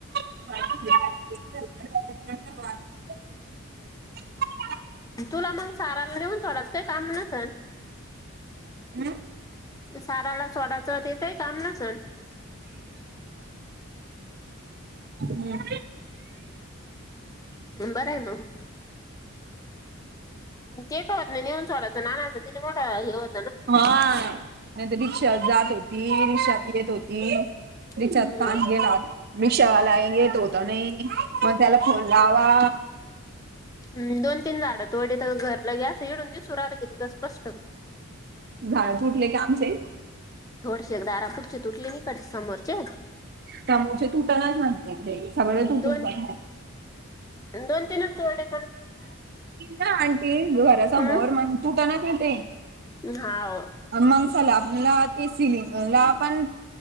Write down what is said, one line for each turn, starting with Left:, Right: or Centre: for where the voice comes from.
Right: तथदध...
Left: तुला मग साराला नेऊन थोडात का काम नसल..
Right: हम..
Left: साराला स्वडाच येतय काम न सण...
Right: हम...
Left: हम् बर आहे मग... तेट होत नाही नेऊन सोडाचं नानाच किती मोठा हेत
Right: हा नाही तर रिक्षा जात होती रिक्षात येत होती रिक्षास्थान
Left: हम्म
Right: गेला रिक्षावाला आहे गे तो होत नाही... मग त्याला फोन लावा...
Left: हम दोन तीन झाडं तोड तर घरलं गे असं इडून दिवस राहिलं कि तिकं स्पष्ट..
Right: झाड तुटले का आमचे...
Left: थोडशी एक दरापुढचे तुटली तीकडते समोरचे
Right: त्यामुळेचे तुटणच म्हणते ते सगळे तुटून
Left: दोन
Right: प..
Left: दोन तीनच तोडले.
Right: ना आंटी घरासमोर
Left: हम्म
Right: मण तुट ना ना ते..
Left: हाव
Right: मग चला आपला ते सिली ला पण